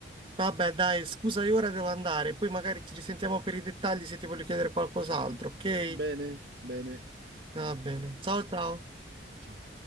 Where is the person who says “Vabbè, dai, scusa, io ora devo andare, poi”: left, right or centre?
Right